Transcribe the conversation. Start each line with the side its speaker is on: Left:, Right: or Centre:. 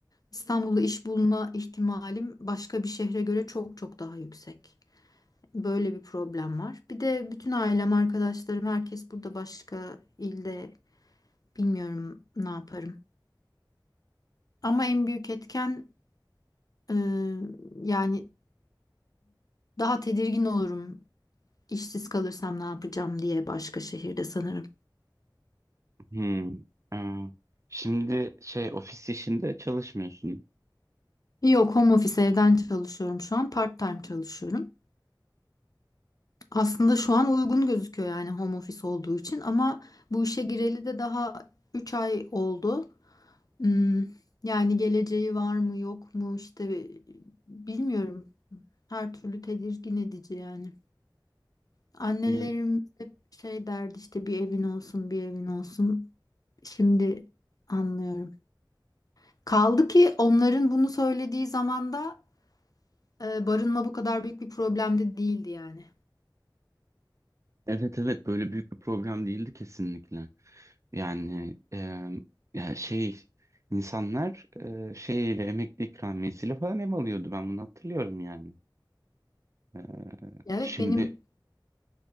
Left: İstanbul'da iş bulma ihtimalim başka bir şehre göre çok çok daha yüksek. Böyle bir problem var. Bir de bütün ailem, arkadaşlarım, herkes burada başka ilde bilmiyorum ne yaparım. Ama en büyük etken e, yani daha tedirgin olurum işsiz kalırsam ne yapacağım diye başka şehirde sanırım.
Right: Hmm. Aa, şimdi şey ofis işinde çalışmıyorsun.
Left: Yok, home office evden çalışıyorum şu an. Part-time çalışıyorum. Aslında şu an uygun gözüküyor yani home office olduğu için ama bu işe gireli de daha 3 ay oldu. Hmm, yani geleceği var mı yok mu işte bi- bilmiyorum. Her türlü tedirgin edici yani. Annelerimiz
Right: Ya,
Left: hep şey derdi işte bir evin olsun bir evin olsun. Şimdi anlıyorum. Kaldı ki onların bunu söylediği zamanda e, barınma bu kadar büyük bir problem de değildi yani.
Right: evet evet böyle büyük bir problem değildi kesinlikle. Yani e, ya şey insanlar e, şeyle emekli ikramiyesiyle falan ev alıyordu ben bunu hatırlıyorum yani. E,
Left: Evet
Right: şimdi
Left: benim